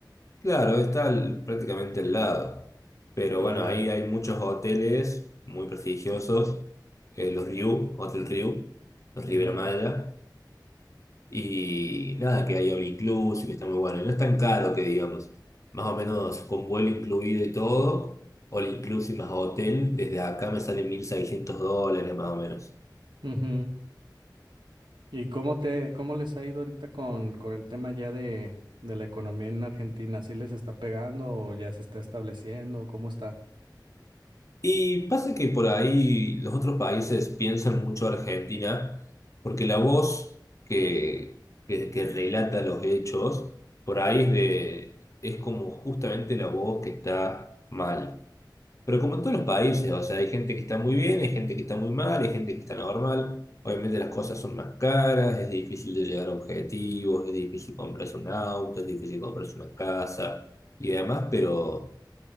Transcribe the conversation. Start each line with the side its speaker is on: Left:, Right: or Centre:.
Left: Claro, está al- prácticamente al lado. Pero
Right: Playa
Left: bueno, ahí
Right: Car.
Left: hay muchos hoteles muy prestigiosos. eh, los Riu, Hotel Riu, los
Right: Ujú,
Left: Riviera Maya. Y nada, que hay all inclusive, que está muy bueno. Y no es tan caro que digamos, más o menos con vuelo incluido y todo, all inclusive más hotel, desde acá me sale mil seiscientos dólares más o menos.
Right: ujú. ¿Y cómo te, cómo les ha ido ahorita con, con el tema ya de, de la economía en Argentina? ¿Sí les está pegando o ya se está estableciendo? ¿Cómo está?
Left: Y pasa que por ahí los otros países piensan mucho Argentina, porque la voz que, que, que relata los hechos, por ahí es de, es como justamente la voz que está mal. Pero como en todos los países, o sea, hay gente que está muy bien, hay gente que está muy mal, hay gente que está normal. Obviamente las cosas son más caras, es difícil de llegar a objetivos, es difícil comprarse un auto, es difícil comprarse una casa y demás, pero